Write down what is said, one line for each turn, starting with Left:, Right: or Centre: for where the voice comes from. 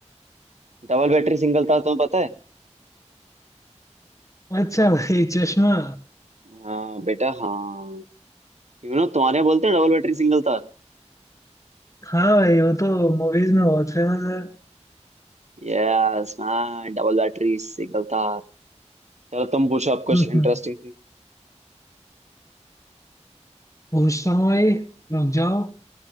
Right: डबल बैटरी सिंगल तार तुम्हें पता है
Left: अच्छा भाई चश्मा
Right: हाँ बेटा हाँ यू नो तुम्हारे यहाँ बोलते हैं डबल बैटरी सिंगल तार
Left: हाँ भाई वो तो मूवीज में बहुत फेमस है
Right: Yes man double battery single तार चलो तुम पूछो आप कुछ
Left: हम्म,
Right: इंटरेस्टिंग सी
Left: पूछता हूँ भाई रुक जाओ